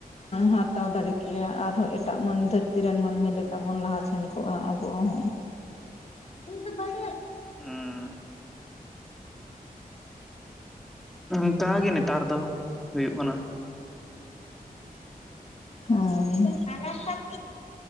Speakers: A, on the left; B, in the centre.
A: ᱦᱟᱛᱟᱣ ᱫᱟᱲᱮ ᱠᱮᱭᱟ ᱟᱨᱦᱚᱸ ᱮᱴᱟᱜ ᱢᱟᱹᱱ ᱫᱷᱟᱹᱨᱛᱤ ᱨᱮᱱ ᱢᱟᱹᱱᱢᱤ ᱞᱮᱠᱟ ᱵᱚᱱ ᱞᱟᱦᱟ ᱥᱮᱱ ᱠᱚᱜᱼᱟ ᱟᱵᱚ ᱦᱚᱸ᱾ ᱫᱚ ᱵᱟᱹᱲ
B: ᱦᱩᱸ ᱚᱱᱠᱟᱜ ᱜᱮ ᱱᱮᱛᱟᱨ ᱫᱚ ᱦᱩᱭᱩᱜ ᱠᱟᱱᱟ᱾
A: <unintelligible>